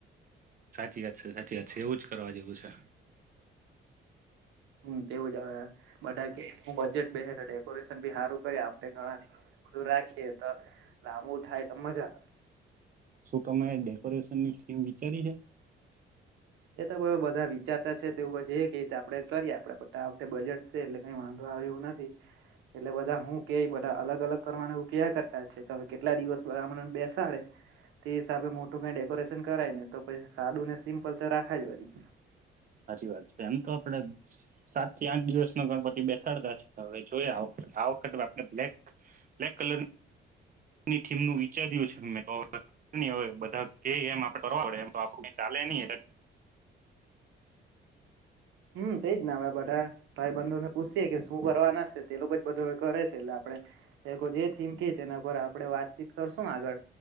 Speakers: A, on the right; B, on the right.
A: સાચી વાત છે સાચી વાત છે એવું જ કરવા જેવું છે.
B: હમ્મ તેવું જ બધા કે હું બજેટ બે ડેકોરેશન બી સારું કરી આપણે ગણા બધું રાખીએ તો લાંબુ થાય તો મજા આવે
A: શું તમે ડેકોરેશનની થીમ વિચારી છે?
B: એ તો હ બધા વિચારતા છે તોવું છે કે આપડે કરીએ આપડે આ વખતે બજેટ છે એટલે કઈ વાંધો નહી એવું નથી. એટલે બધા હું કે બધા અલગ અલગ કરવાના હું ક કરતા છે તો કેટલા દિવસ મને બેસાડે તે હિસાબે મોટું કઈ ડેકોરેશન કરાય ને તો પછ સાદું ને સિમ્પલ તો રાખાય જ વારી
A: સાચી વાત છે એમ તો આપડે સાત થી આઠ દિવસ નો ગણપતિ બેસાડતા છે હવે જોયા આ વખતે આપણે બ્લેક બ્લેક કલર ની થીમ ની વિચાર્યું છે મેતો બધા એમ આપડે કરવા પડે એમ આપ ચાલે નહી એટ
B: હમ તેજ ના બધા ભાઈબંધુને પૂછીએ કે શું શું કરવા નાશે તે લોકો જ બધો કરે છે એટલે આપડે એ લોકો જે થીમ કેય તેના પર આપડે વાતચીત કર શું આગળ